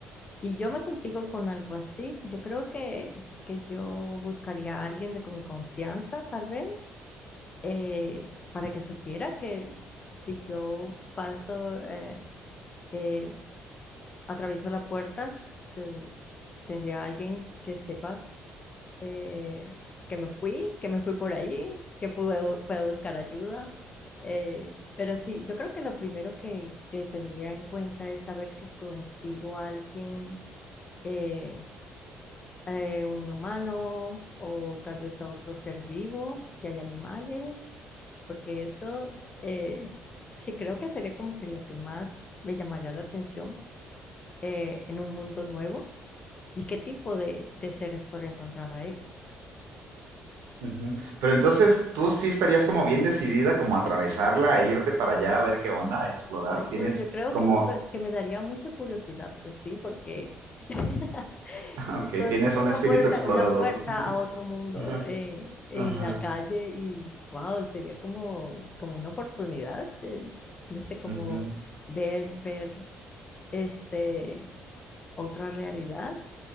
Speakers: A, on the left; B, on the right.
A: y yo me consigo con algo así, yo creo que, que yo buscaría a alguien de con mi confianza, tal vez, eh, para que supiera que si yo paso, eh, eh, atravieso la puerta, se- tendría alguien que sepa eh, que me fui, que me fui por ahí, que puedo, puedo buscar ayuda. eh, pero sí, yo creo que lo primero que, que tendría en cuenta es saber si consigo a alguien, eh, eh, un humano o tal vez a otro ser vivo, si hay animales, porque eso eh, sí creo que sería como que lo que más me llamaría la atención eh, en un mundo nuevo. ¿Y qué tipo de, de seres podría encontrar ahí?
B: Ujú. Pero entonces, tú sí estarías como bien decidida como a atravesarla e irte para allá a ver qué onda, a explorar.
A: Ay, pero
B: ¿Tienes
A: yo creo
B: como
A: que me, co- que me daría mucha curiosidad, pues sí, porque <laughs>
B: <laughs>
A: me
B: Ok,
A: consigo
B: tienes un
A: una
B: espíritu
A: puerta,
B: explorador.
A: una puerta a otro mundo
B: Ajá.
A: en, en
B: Ajá.
A: la calle y wow, sería como, como una oportunidad, eh, no sé, como
B: Ujú.
A: ver, ver este otra realidad.